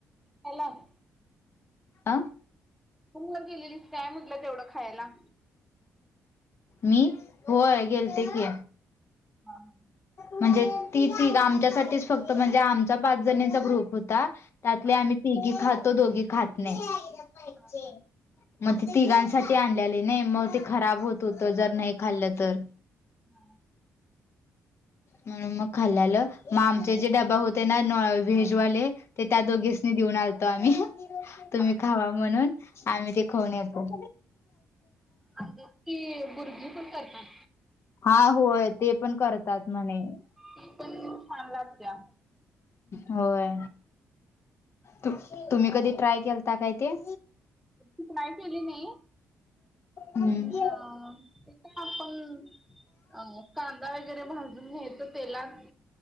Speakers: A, in the centre; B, on the left (about 50°).
A: हॅलो.
B: अ.
A: रुमवर गेलेलीस काय म्हटलं, तेवढं खायला.
B: मी, होय गेलते की.
A: ह ह.
B: म्हणजे ती तीघ आमच्यासाठीच फक्त, म्हणजे आमचा पाच जणीचा ग्रुप होता. त्यातले
A: हा
B: आम्ही तिघी खातो, दोघी खात नाही.
A: हा हा
B: म ते तिघांसाठी आणलेले नाही, मग ते खराब होत होत, जर नाही खाल्लं तर.
A: हा.
B: म्हणून मग खाल्लेल, म आमचे जे डबा होते ना व्हेज वाले, ते त्या दोघीसनी,
A: हा
B: देऊन आलतो आम्ही. तुम्ही
A: हा हा
B: खावा म्हणून, आम्ही ते खाऊन येतो.
A: अंड्याची भुर्जी पण करतात.
B: हा होय, ते पण करतात म्हणे.
A: ती पण, छान लागतेया.
B: होय, त तुम्ही कधी ट्राय केलता काय ते.
A: ट्राय केली नाही.
B: हम्म
A: पण, ते काय आपण, अ, कांदा वगैरे भाजून घ्यायच तेलात.